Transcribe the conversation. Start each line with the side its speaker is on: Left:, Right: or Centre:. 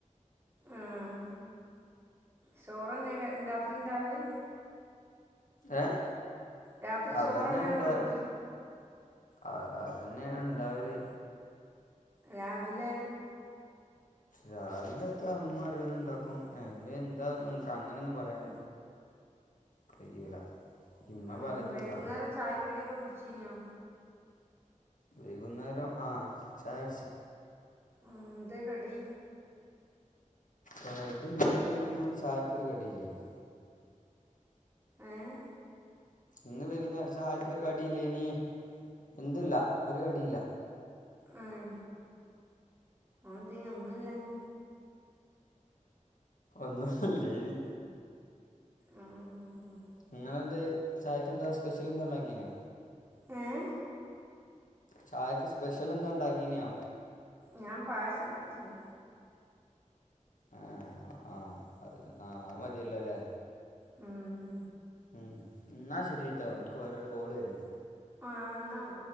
Right: ആഹ് ചോറന്നെയ രാത്രി ഉണ്ടാവല്
Left: ഏഹ്
Right: രാത്രി
Left: അതന്നെയ
Right: ചോറ് തന്നെയാണോ
Left: ഇണ്ട്
Right: വീട്ടിൽ
Left: അ അതന്നെയ ഉണ്ടാവല്
Right: രാവിലെ
Left: രാവിലത്ത അമ്മ ഓരോന്ന് ഇണ്ടാക്കും അതൊക്കെ എന്താ അങ്ങനെ ഒന്നും പറയാൻ കഴിയൂല ഇമ്മ
Right: ഉം
Left: പലതും
Right: വൈകുന്നേരം
Left: ഇണ്ടാക്കും
Right: ചായയും കടിയൊക്കെ കുടിച്ചീനിയോ
Left: വൈകുന്നേരം ആഹ് ചായ കുടിച്
Right: ഉം ന്ത കടി
Left: കടി ഇന്ന് വേകുന്നരം ചായക്ക് ഒരു കടിയില്ലേനി
Right: ഏഹ്
Left: ഇന്ന് വൈകുന്നരം ചായക്കൊരു കടിയില്ലേനീ എന്തുംഇല്ല ഒരു കടിയില്ല
Right: ആഹ് <unintelligible> ഒന്നുല്ലാഞ്ഞെ
Left: ഒന്നുവില്ലേനി
Right: ഉം
Left: ഇങ്ങളെന്ത് ചായക്കെന്താ സ്പെഷ്യൽ എന്താ ഉണ്ടാക്കീന്യോ?
Right: ങേഹ്?
Left: ചായക്ക് സ്പെഷ്യൽ എന്തോ ഉണ്ടാക്കീന്യോ?
Right: ഞാൻ പായസം ഇണ്ടാക്കീനി.
Left: ഏഹ് ആഹ് അഹ് ആഹ് അത് മതിയല്ലൊ ല്ലേ.
Right: ഉം
Left: ഉം ഇന്നാ ശരിട്ടോ ഇൻക്ക് വേറൊരു കോള് വര്ണ്ട്.
Right: ആഹ് ഇന്നാ ഓ